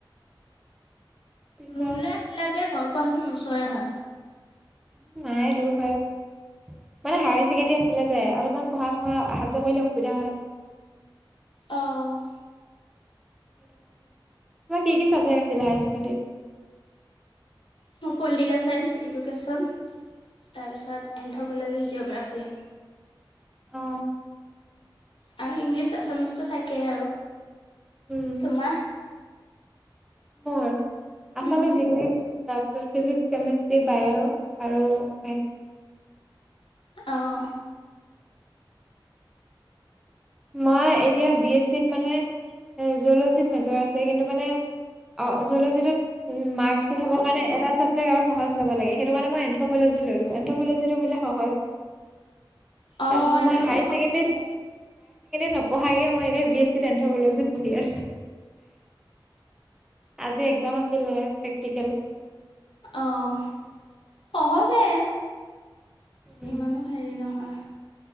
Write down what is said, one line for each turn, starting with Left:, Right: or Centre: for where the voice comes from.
Centre: পিছত
Left: ৰুম লৈ আছিলা যে ঘৰৰ পৰাছোন ওচৰে হয়।
Centre: উম, নাই দূৰ হয়। মানে হায় ছেকেণ্ডাৰী আছিলে যে অলপমান পঢ়া চহা অহা যোৱা কৰিলে অসুবিধা হয়।
Left: অ',
Centre: তোমাৰ কি কি চাবজেক্ট আছিলে হায়াৰ ছেকেণ্ডাৰীত?
Left: মোৰ পলিটিকেল চায়েঞ্চ এডুকেশ্যন। তাৰপিছত এন্থপলজি জিঅগ্ৰাফী।
Centre: অ
Left: আৰু ইংলিছ আছামিছটো থাকে আৰু
Centre: উম
Left: তোমাৰ,
Centre: মোৰ আছামিজ
Left: উম
Centre: ইংলিছ। তাৰপিছত ফিজিক্স, কেমেষ্ট্ৰি, বায় আৰু মেথছ,
Left: অহ,
Centre: মই এতিয়া বি এছ চিত মানে জলজিত মেজৰ আছে কিন্তু মানে। অ জলজীটোত মাৰ্কছ উঠাবৰ কাৰণে এটা চাবজেক্ট, আৰু সহজ ল'ব লাগে সেইটো কাৰণে মই এন্থপলজি ললো এন্থপলজিটো বোলে সহজ। তাৰপিছত
Left: অঁ এন্থটো
Centre: মই হায়াৰ
Left: সহজে
Centre: ছেকেণ্ডাৰীত, নপঢ়াকে মই এতিয়া বি এ চিত এন্থপলজিত পঢ়ি আছো। আজি এক্সজাম আছিলে প্ৰেক্টিকেল।
Left: অ সহজে,
Centre: উম
Left: ইমানো হেৰি নহয়।